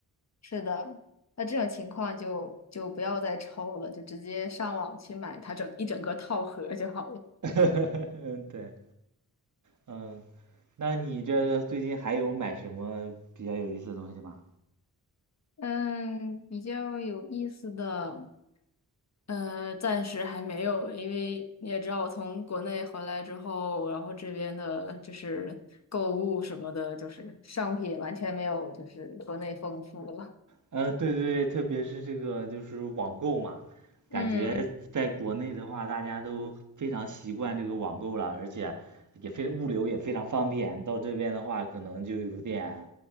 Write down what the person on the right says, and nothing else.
<laughs> 嗯对，嗯，那你这最近还有买什么比较有意思的东西吗？
呃，对对对，特别是这个就是网购嘛，感觉在国内的话，
大家都非常习惯这个网购了，而且也非物流也非常方便。到这边的话，可能就有点，